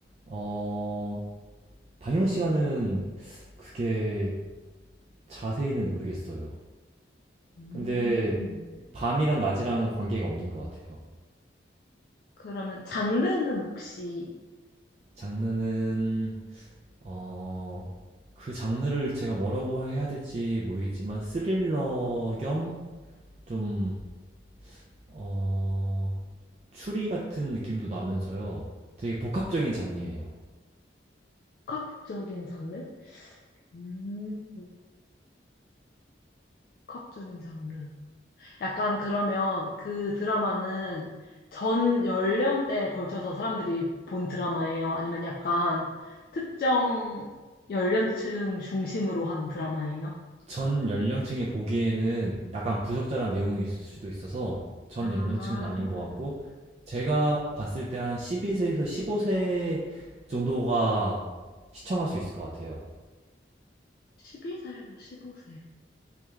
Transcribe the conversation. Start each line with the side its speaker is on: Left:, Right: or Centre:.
Right: 어, 반영 시간은 그게 자세히는 모르겠어요.
Left: 음,
Right: 근데 밤이랑 낮이랑 관계가 없는 것 같아요.
Left: 그러면 장르는 혹시
Right: 장르는 어, 그 장르를 제가 뭐라고 해야 될지 모르겠지만 스릴러 겸 좀, 어, 추리 같은 느낌도 나면서요. 되게 복합적인 장르예요.
Left: 복합적인 장르? 음, 복합적인 장르. 약간 그러면 그 드라마는 전 연령대에 걸쳐서 사람들이 본 드라마예요? 아니면 약간 특정 연령층 중심으로 한 드라마예요?
Right: 전 연령층이 보기에는 약간 부적절한 내용이 있을 수도 있어서 전
Left: 아,
Right: 연령층은 아닌 것 같고 제가 봤을 때 한 12세에서 15세 정도가 시청할 수 있을 것 같아요.
Left: 12살에서 15세.